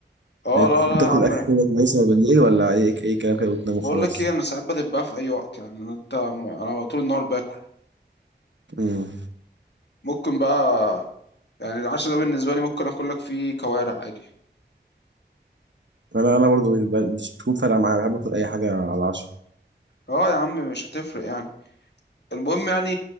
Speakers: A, on the left (about 65°); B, on the right (about 75°).
A: اه
B: يعني
A: لا لا
B: تاكل
A: يا عم
B: اكل كده كويسه بالليل ولا اي اي كلام كده وتنام وخلاص
A: بقول لك ايه انا ساعات بدب في اي وقت يعني أنا- انت انا طول النهار باكل
B: امم
A: ممكن بقى يعني العشاء ده بالنسبة لي ممكن اكل لك فيه كوارع عادي
B: انا انا برضو مش ب- مش بتكون فارقه معايا بحب اكل اي حاجه على العشاء
A: اه يا عم مش هتفرق يعني المهم يعني